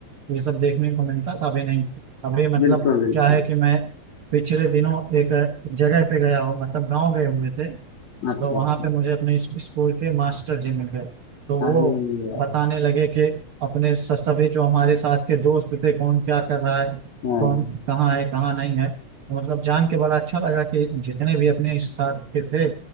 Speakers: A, on the right (about 60°); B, on the left (about 60°).
A: ये सब देखने को मिलता था अभी नहीं अभी मतलब
B: बिल्कुल बिल्कुल
A: क्या है कि मैं पिछले दिनों एक जगह पे गया हूँ मतलब गाँव गए हुए थे
B: अच्छा
A: तो वहां
B: अच्छा
A: पे मुझे अपने इस- स्कूल के मास्टर जी मिल गए तो वो
B: अरे यार
A: बताने लगे कि अपने स- सभी जो हमारे साथ के दोस्त थे कौन क्या कर रहा है
B: हाँ
A: कौन कहाँ है कहाँ नहीं है तो मतलब जान के बड़ा अच्छा लगा कि जितने भी अपने इस साथ के थे